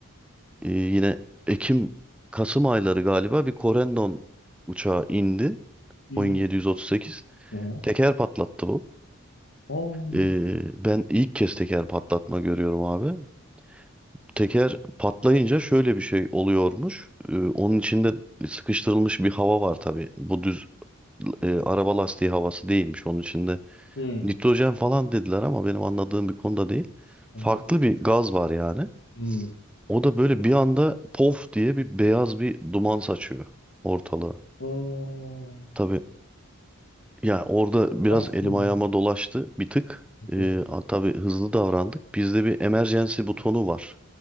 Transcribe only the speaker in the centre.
E, yine Ekim Kasım ayları galiba bir Corendon uçağı indi.
Boeing
738.
Teker patlattı bu.
E, ben ilk kez teker patlatma görüyorum abi. Teker patlayınca şöyle bir şey oluyormuş. Ee, onun içinde sıkıştırılmış bir hava var tabii. Bu düz e, araba lastiği havası değilmiş. Onun içinde
nitrojen falan dediler ama benim anladığım bir konuda değil.
Farklı bir gaz var yani.
O da böyle bir anda pof diye bir beyaz bir duman saçıyor ortalığa.
Tabii yani orada biraz
elim ayağıma dolaştı bir tık. Ee,
a- tabii hızlı davrandık. Bizde bir emergency butonu var.